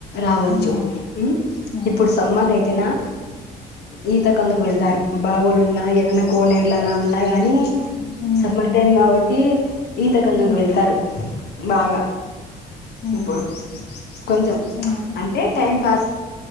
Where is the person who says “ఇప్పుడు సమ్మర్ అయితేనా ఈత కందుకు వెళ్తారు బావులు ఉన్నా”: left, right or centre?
Left